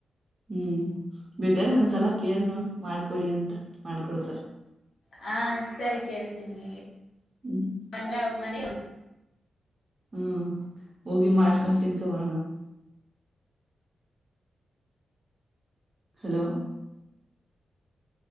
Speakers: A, on the right (about 30°); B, on the left (about 75°).
A: ಹ್ಮ್ ಬೇಕ್ರ
B: ಹ
A: ಒಂದ್ಸಲ ಕೇಳ್ ನೋಡಿ ಮಾಡ್ಕೊಡಿ ಅಂತ ಮಾಡ್ಕೊಡ್ತಾರ.
B: ಹಾ ಸರಿ ಕೇಳ್ತೀನಿ
A: ಹ್ಮ್
B: ಅಂದ್ರ ಅವ ಮನೆ.
A: ಹ್ಮ್ ಹೋಗಿ ಮಾಡ್ಸ್ಕೊಂಡ್ ತಿನ್ಕೊ ಬರೋಣ. ಹಲೋ.